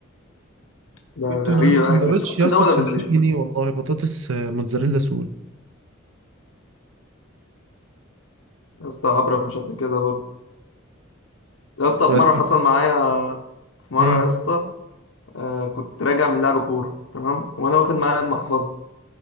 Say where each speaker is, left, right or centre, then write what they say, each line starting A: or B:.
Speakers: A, on the left; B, on the right.
A: ده
B: جبت من
A: غريب
B: عنده سندوتش
A: الصبح
B: يا اسطى
A: ده ولا
B: ب 50
A: بالليل
B: جنيه والله بطاطس آه، موتزاريلا سوري
A: يا اسطى هبرة مش قد كده برضه يا اسطى
B: بس
A: في مرة حصل معايا في مرة
B: امم
A: يا اسطى آه كنت راجع من لعب كورة تمام وانا واخد معايا المحفظة